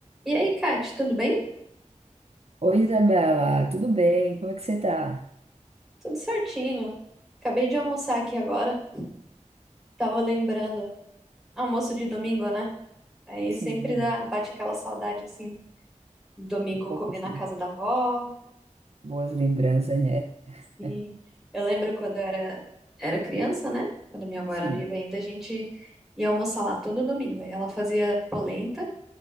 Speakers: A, in the centre; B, on the right.
A: E aí, Kate, tudo bem?
B: Oi, Isabela, tudo bem? Como é que você tá?
A: Tudo certinho. Acabei de almoçar aqui agora. Tava lembrando, almoço de domingo, né? Aí
B: Sim,
A: sempre dá, bate aquela saudade assim, domingo
B: um pouco
A: comer
B: assim,
A: na casa da avó.
B: boas lembranças, né? <laughs>
A: Sim. Eu lembro quando eu era, era criança, né? Quando minha avó
B: Sim.
A: era viva ainda, a gente ia almoçar lá todo domingo. Aí ela fazia polenta,